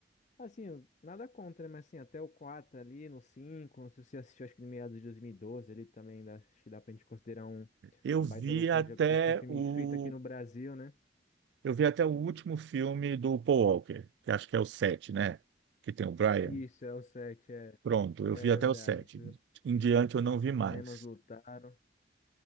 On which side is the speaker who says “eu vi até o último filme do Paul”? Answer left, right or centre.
Right